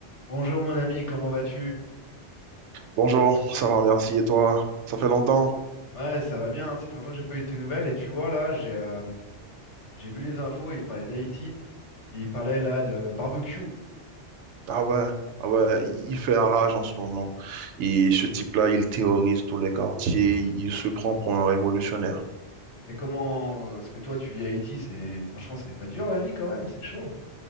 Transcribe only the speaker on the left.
Bonjour mon ami, comment vas-tu?
Ouais, ça va bien, ça fait longtemps que j'ai pas eu de tes nouvelles et tu vois là, j'ai euh, j'ai vu les infos, il parlait d'Haïti et il parlait là de barbecue.
Mais comment parce que toi tu vis à Haïti, c'est franchement c'est pas dur la vie quand même, c'est chaud.